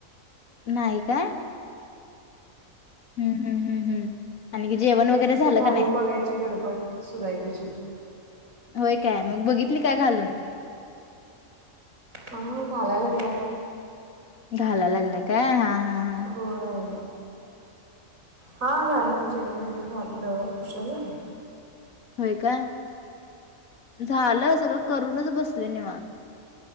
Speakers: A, on the left (about 75°); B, on the right (about 75°).
A: नाही काय हम्म हम्म हम्म हम्म आणि जेवण
B: तेच
A: वगैरे
B: तिचं
A: झालं
B: घालून
A: का नाही
B: बघायची गडबड सुरू आहे तिची
A: होय काय मग बघितली काय घालून?
B: हो घालायला लागल्या
A: घालायला लागल्या काय हा हां
B: होय हा झालं जेवण वगैरे झालं उशीर झालं.
A: होय काय झालं सगळं करूनच बसले निवांत